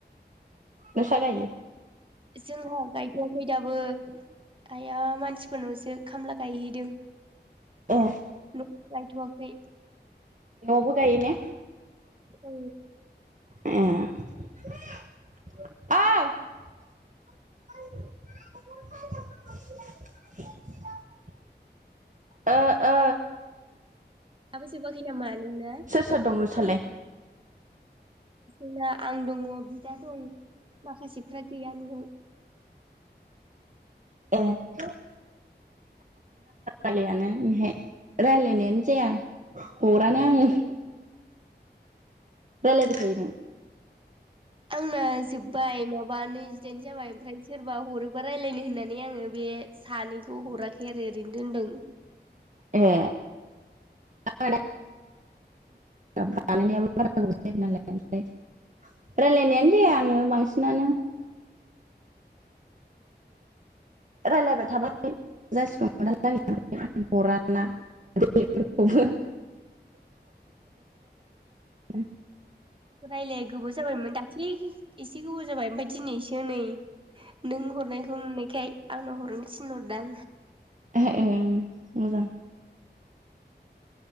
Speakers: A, on the right; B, on the right.
A: नोंसा गायो।
B: जोंहा गायथ'वाखै दाबो। आइया मानसिफोरनावसो खामला गायहैदों।
A: एह।
B: न' गायथवाखै।
A: न'वावबो गायोने?
B: औ
A: ए ओ <inaudible> ओ ओ।
B: दाबो जोबाखैनामा नोंना
A: सोर सोर दं नोंसालाय?
B: जोंना आं दङ, बिदा दं माखासेफ्रा गैया न'आव।
A: ए। <unintelligible> रायलायानो बेहाय राय्लायनायानो जाया। हरानो आङो।
B: बेनो
A: रायलायबाय थायो नों?
B: आंना जोब बाय माबा नैजिदाइन जाबाय ओमफ्राय सोरबा हरोबा रायलायनो होननानै आङो बे सानैखौ हर हराखै आरो ओरैनो दोनदों।
A: ए। <unintelligible> खानैनियाबो बारा गोबाव जायाखै नालाय ओमफ्राय रायलायनायानो
B: ए
A: जाया आङो बांसिनानो। रायलायबाय थाबालाय जासिगोमोन <unintelligible> हराना <unintelligible> उफो <unintelligible>
B: राय्लाया गोबाव जाबायमोन दाख्लै एसे गोबाव जाबाय ओमफफ्राय दिनैसो नै नों नों हरनायखौ नुनायखाय आंनो हरनो थिनहरदां।
A: एहे ए मोजां।